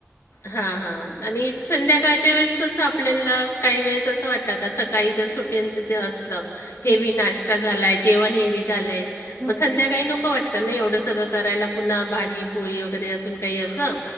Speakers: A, on the left; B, on the right.
A: हा हा आणि संध्याकाळच्या वेळेस कसं आपल्याला काही वेळेस असं वाटतं, आ सकाळी जर सुट्यांचं ते असलं हेवी
B: हं
A: नाश्ता झालाय, जेवण हेवी झालंय
B: हो
A: म संध्याकाळी
B: हो
A: नको वाट त ना एवढं सगळं करायला पुन्हा भाजी, पोळी वगैरे अजून काही असं